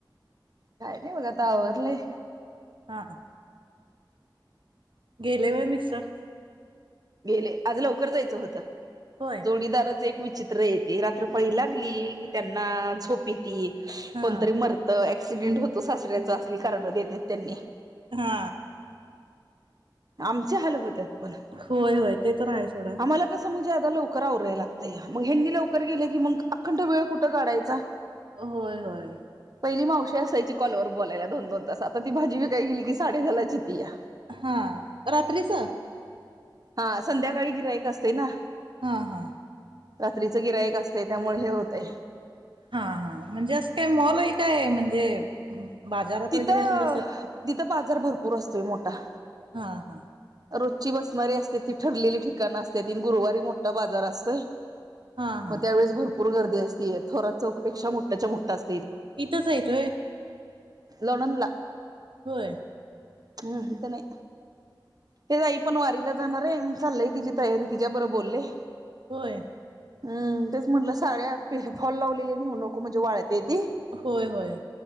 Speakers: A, on the right (about 50°); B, on the right (about 85°).
A: काय नाही बघ आता आवरलंय
B: हा हा गेले होय मिस्टर
A: गेले आज लवकर जायचं होतं
B: होय
A: जोडीदारच एक विचित्र आहेत रात्र पाळी लागली त्यांना झोप येती
B: हा
A: कोणतरी मरत एक्सिडेंट होतो सासऱ्याचा असली कारण देतेत त्यांनी
B: हा
A: आमच्या हाल होत्यात पण
B: होय होय ते तर आहे सोडा
A: आम्हाला कसं मग लवकर आवराय लागतया मग ह्यानी लवकर गेले की मग अखंड वेळ कुठं काढायचा
B: होय होय
A: पहिली मावशी असायची कॉलवर बोलायला दोन दोन तास आता ती भाजी विकायला गेली की साडे दहाला चा येतीया
B: हा रात्रीच
A: हा संध्याकाळी गिराईक असतय ना
B: हा हा
A: रात्रीचं गिरायक असतंय त्यामुळे हे होतय
B: हा हा म्हणजे असं काय मॉल आहे काय म्हणजे बाजारात
A: तिथं
B: वगैरे असं बसत
A: तिथं बाजार भरपूर असतोय मोठा
B: हा हा
A: रोजची बसणारी असत्यात ती ठरलेली ठिकाणं असत्याती ती गुरुवारी मोठा बाजार असतोय
B: हा हा
A: मग त्यावेेळेस भरपूर गर्दी असती थोरात चौकपेक्षा मोठ्याच्या मोठ्या अस
B: इथंच येतोय
A: लोणंदला
B: होय.
A: हम्म इथे नाही तेच आई पण वारीला जाणार आहे मग चाललीया तिची तयारी तिच्या बरोबर बोललेय
B: होय
A: हम् तेच म्हंटलं साड्या फॉल लावलेली नेऊ नको म्हणजे वाळते ते
B: होय होय